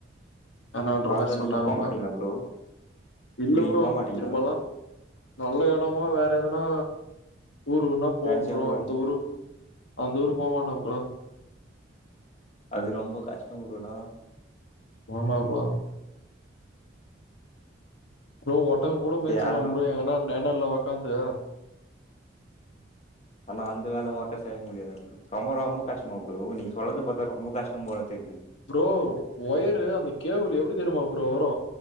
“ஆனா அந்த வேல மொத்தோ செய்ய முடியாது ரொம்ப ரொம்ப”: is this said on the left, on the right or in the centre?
Left